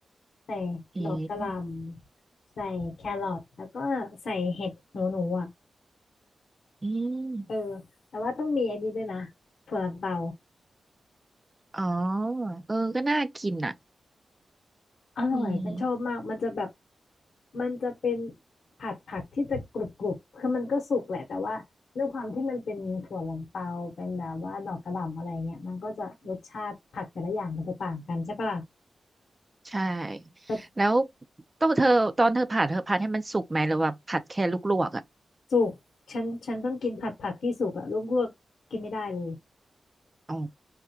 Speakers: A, on the left; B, on the right.
A: ใส่
B: อืม
A: ดอกกะหล่ำใส่แครอทแล้วก็ใส่เห็ดหูหนูอ่ะ
B: อืม
A: เออแต่ว่าต้องมีอันนี้ด้วยนะถั่วลันเตา
B: อ๋อเออก็น่ากินอ่ะ
A: อร่อยฉันชอบมากมันจะแบบ
B: อืม
A: มันจะเป็นผัดผักที่จะกรุบกรุบคือมันก็สุกแหละแต่ว่าด้วยความที่มันเป็นถั่วลันเตาเป็นแบบว่าดอกกระหล่ำอะไรเงี้ยมันก็จะรสชาติผักแต่ละอย่างมันจะต่างกันใช่ปะล่ะ
B: ใช่
A: แต่
B: แล้วต้องเธอตอนเธอผัดเธอผัดให้มันสุกไหมหรือว่าผัดแค่ลวกๆอ่ะ
A: สุกฉันฉันต้องกินผัดผักที่สุกอะลวกๆกินไม่ได้เลย
B: อ๋อ